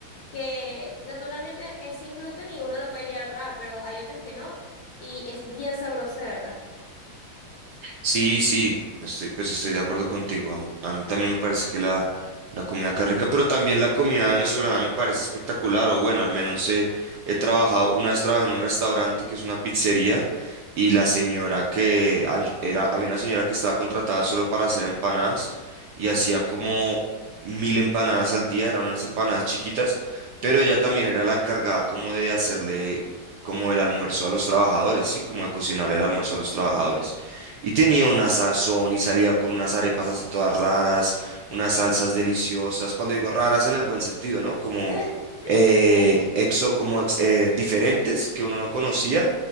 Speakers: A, on the left; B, on the right.
A: que naturalmente es sin gluten y uno lo puede llegar a probar, pero hay otras que no y es bien sabrosa, de verdad.
B: Sí, sí, estoy, pues estoy de acuerdo contigo. A, m- a mí también me parece que la, la comida acá es rica, pero también la comida venezolana me parece espectacular. O bueno, al menos he, he trabajado, una vez trabajé en un restaurante que es una pizzería y la señora que ay- era, había una señora que estaba contratada solo para hacer empanadas y hacía
A: Ujú.
B: como mil empanadas al día, eran unas empanadas chiquitas, pero ella también era la encargada como de hacerle como el almuerzo a los trabajadores, sí, como de cocinar el almuerzo a los trabajadores. Y tenía una sazón y salía con unas arepas así todas raras, unas salsas deliciosas. Cuando digo raras en el buen sentido, ¿no? Como,
A: <laughs>
B: eh,
A: Claro.
B: exo- como ex- eh, diferentes que uno no conocía,